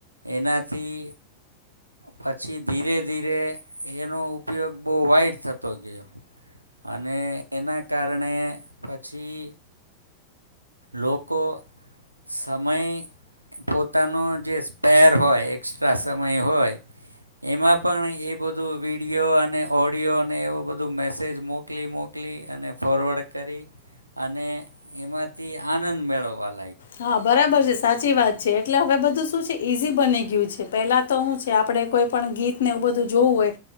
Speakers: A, on the right; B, on the left.
A: એનાથી પછી ધીરે ધીરે એનો ઉપયોગ બહુ વાઈટ થતો ગયો, અને એના કારણે પછી લોકો સમય પોતાનું જે સ્પેર હોય એક્સ્ટ્રા સમય હોય, એમાં પણ એ બધું વિડીયો અને ઓડિયો અને એવું બધું મેસેજ મોકલી મોકલી અને ફોરવર્ડ કરી, અને એમાં થી આનંદ મેળવાનુ.
B: હા બરાબર છે. સાચી વાત છે, એટલે હવે બધું શું છે ઈઝી બની ગયું છે પહેલા તો હું છે આપણે કોઈ પણ ગીતને એવું બધું જોવું હોય,